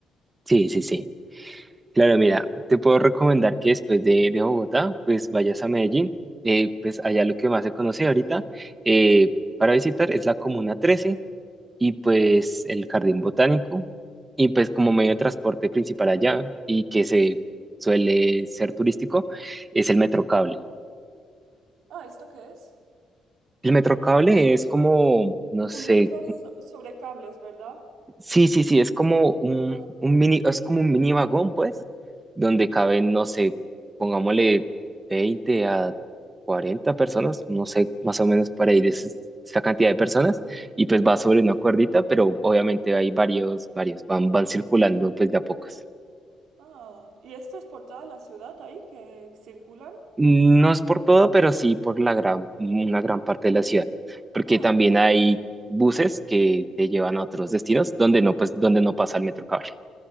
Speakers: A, on the right (about 15°); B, on the right (about 70°).
A: Sí, sí, sí. Claro, mira, te puedo recomendar que después de, de Bogotá, pues vayas a Medellín. Eh, pues
B: Ajá.
A: allá lo que más se conoce ahorita eh, para visitar es la Comuna 13 y pues el Jardín Botánico y pues como medio de transporte principal allá y que se suele ser turístico es el Metrocable.
B: Ah, ¿esto qué es?
A: El Metrocable es como, no sé,
B: Un metro so- sobre cables, ¿verdad?
A: Sí, sí, sí, es como un,
B: Ah,
A: un mini, es como un mini vagón, pues, donde
B: ujú.
A: caben, no sé, pongámosle veinte a cuarenta personas, no sé, más o menos para ir es- esta cantidad de personas, y pues va sobre una cuerdita, pero obviamente hay varios, varios, van, van circulando pues de a pocos.
B: Ah, ¿y esto es por toda la ciudad ahí que circulan?
A: No es por todo, pero sí por la gran, una gran parte de la ciudad, porque
B: Ah,
A: también
B: vale.
A: hay buses que te llevan a otros destinos donde no, pues, donde no pasa el metro cable.